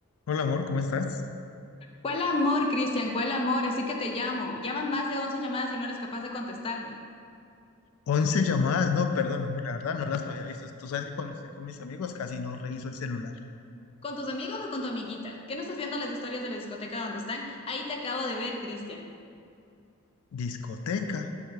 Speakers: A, on the left (about 80°); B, on the left (about 25°).
A: Hola amor, ¿cómo estás?
B: ¿Cuál amor, Cristian? ¿Cuál amor? Así que te llamo. Llaman más de 11 llamadas y no eres capaz de contestarme.
A: Once llamadas, no, perdón amor, la verdad no las había visto. Tú sabes que cuando estoy con mis amigos casi no reviso el celular.
B: ¿Con tus amigos o con tu amiguita? ¿Qué no estás viendo las historias de la discoteca donde están? Ahí te acabo de ver, Cristian.
A: Discoteca,